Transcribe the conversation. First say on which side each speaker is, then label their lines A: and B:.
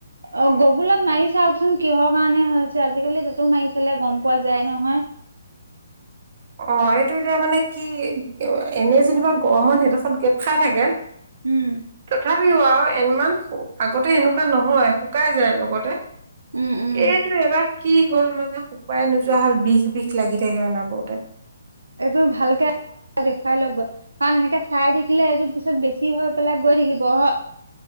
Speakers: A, on the right (about 90°); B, on the right (about 45°).
A: অ গগুলত মাৰি চাওকচোন কিহৰ কাৰণে হৈছে, আজিকালি তাতো মাৰি ছালে গম পোৱা যায় নহয়।
B: অহ। এইটো এতিয়া মানে কি, এনেই যেনিবা গৰমত সেইডোখৰত গেপ খাই থাকে
A: উম
B: তথাপিও আৰু ইমান আগতে এনেকুৱা নহয়, শুকাই যায় লগতে।
A: উম উম
B: এইটো এবাৰ কি হ'ল মানে শুকুৱাই নোযোৱা হল। বিষ- বিষ লাগি থাকে অনাবৰতে।
A: এইটো ভালকে দেখুৱাই লওক গৈ। কাৰণ এনেকে চাই থাকিলে এইটো পিছত বেছি কি হৈ পেলাই গৈ থাকিব। হ অ।